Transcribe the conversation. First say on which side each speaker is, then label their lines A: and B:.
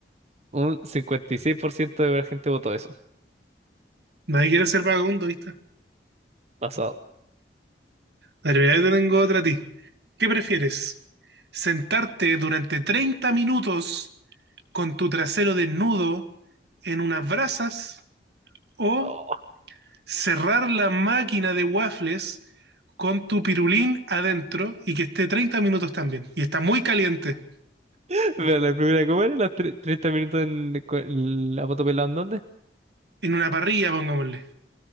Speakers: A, on the right; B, on the right.
A: Un 56% de la gente votó eso,
B: Nadie quiere ser vagabundo, ¿viste?
A: pasado.
B: Dale, mira, yo te tengo otra a ti. ¿Qué prefieres? ¿Sentarte durante 30 minutos con tu trasero desnudo en unas brasas o
A: Oh.
B: cerrar la máquina de waffles con tu pirulín adentro y que esté 30 minutos también? Y está muy caliente
A: <laughs> Pero la primera, ¿cómo era? Los tre- 30 minutos en cu- la moto pelada en dónde.
B: en una parrilla, pongámosle.